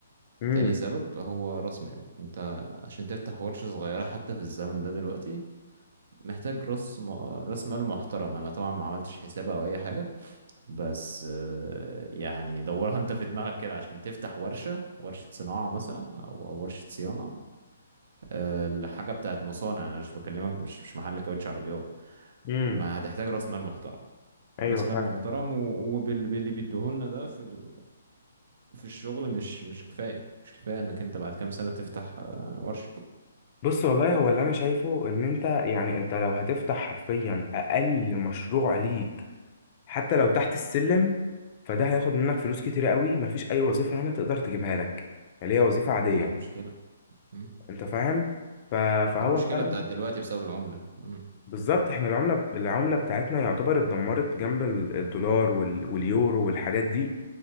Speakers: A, on the left (about 35°); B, on the right (about 60°).
A: امم
B: تاني سبب هو راس مال انت عشان تفتح ورشة صغيرة حتى في الزمن ده دلوقتي محتاج راس م... راس مال محترم انا طبعا ما عملتش حساب او اي حاجة بس آه، يعني دورها انت في دماغك كده عشان تفتح ورشة ورشة صناعة مثلا او أو ورشة صيانة آه، الحاجة بتاعت مصانع انا مش بكلمك مش مش محل كاوتش عربيات
A: امم
B: ما هتحتاج راس مال محترم
A: ايوه
B: راس
A: فعلا
B: مال محترم وباللي بيديهولنا ده في ال... في الشغل مش مش كفاية مش كفاية انك انت بعد كام سنة تفتح آه، ورشة
A: بص والله هو اللي انا شايفه ان انت يعني انت لو هتفتح حرفيا اقل مشروع ليك حتى لو تحت السلم فده هياخد منك فلوس كتير قوي مفيش اي وظيفه هنا تقدر تجيبها لك اللي هي وظيفه عاديه
B: دي المشكلة مم.
A: انت فاهم ف- فهو
B: دي المشكلة
A: آه. فعلا
B: بتاعت دلوقتي بسبب العملة مم.
A: بالظبط احنا العمله العمله بتاعتنا يعتبر اتدمرت جنب ال- الدولار وال... واليورو والحاجات دي